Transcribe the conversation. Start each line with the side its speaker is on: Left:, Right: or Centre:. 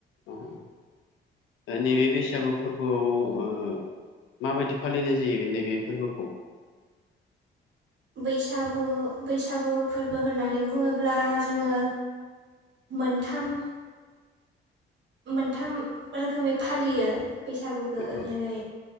Left: औ दा नैबे बैसाग सागु फोरबोआव ओ माबायदि फालिनाय जायो बे नैबे फोरबोखौ?
Right: <inaudible> बैसागु बैसागु फोरबो होननानै बुङोब्ला जोङो मोनथाम मोनथाम रोखोमै फालियो बैसागुखौ
Left: औ
Right: जेरै